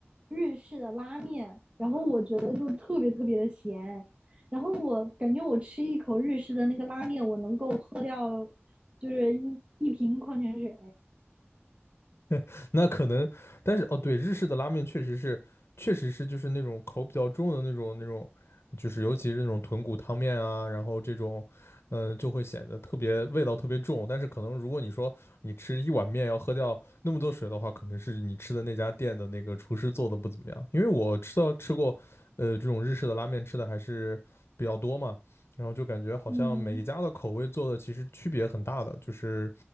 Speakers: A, on the right; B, on the left.
A: 日式的拉面，然后我觉得就特别特别的咸，然后我感觉我吃一口日式的那个拉面，我能够喝掉就是一一瓶矿泉水，
B: <laughs> 那可能，但是哦，对，日式的拉面确实是，确实是就是那种口比较重的那种那种，就是尤其是那种豚骨汤面啊，然后这种，嗯、就会显得特别味道特别重。但是可能如果你说你吃一碗面要喝掉那么多水的话，可能是你吃的那家店的那个厨师做的不怎么样。因为我吃到吃过，呃，这种日式的拉面吃的还是比较多嘛，然后就感觉好像每一家的口味做的其实区别很大的，
A: 嗯。
B: 就是